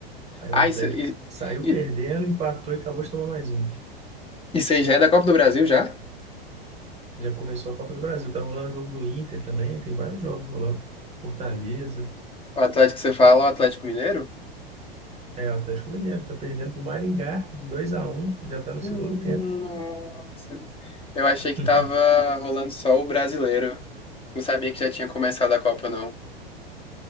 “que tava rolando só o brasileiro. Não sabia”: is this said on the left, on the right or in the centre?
Left